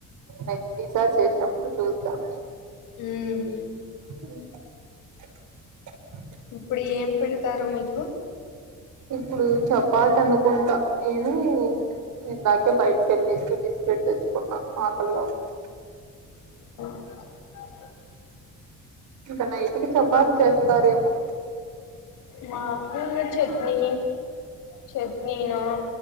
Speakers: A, on the right; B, on the left.
A: నెక్ట్స్ ఈసారి చేసినప్పుడు చూద్దాం.
B: హ్మ్
A: ఉమ్
B: ఇప్పుడు ఏం పెడతారు మీకు?
A: ఇప్పుడు చపాతనుకుంటా నేనూ ఇందాకె బయటి కెళ్లేసి బిస్కెట్ తెచ్చుకున్నా ఆకలిగా ఉంటే
B: <unintelligible>
A: ఇంక నైట్ కి
B: మా
A: చపాత్ చేస్తారేమో
B: మాకు ఇంగ ఛెట్నీ చట్నీనో